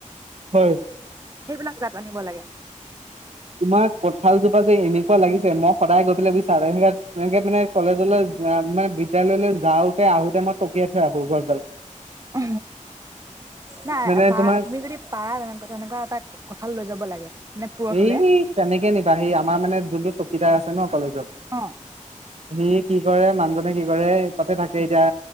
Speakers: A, on the right; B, on the right.
A: হয়,
B: সেইবিলাক জাত আনিব লাগে।
A: তোমাৰ কঁঠালজোপা যে এনেকুৱা লাগিছে মই সদায় গৈ পেলাই <unintelligible> াধ তেনেকে মানে কলেজলৈ যোৱা মানে। বিদ্যালয়লৈ যাওঁতে আহোতে মই টকিয়াই থৈ আহোঁ গছডাল।
B: অ, নাই
A: মানে
B: পাই
A: তোমাৰ
B: আপোনি যদি পাই তেনেকে তেনেকুৱা এটা কঠাল লৈ যাব লাগে। মানে পুৰঠ
A: এই
B: হলে
A: কেনেকে নিবা সেই আমাৰ মানে যোনটো সিটাই <unintelligible> আছে ন কলেজ যাব <inaudible> <unintelligible>
B: অ
A: <inaudible> সি কি কৰে মানুহজনে কি কৰে তাতে থাকে এতিয়া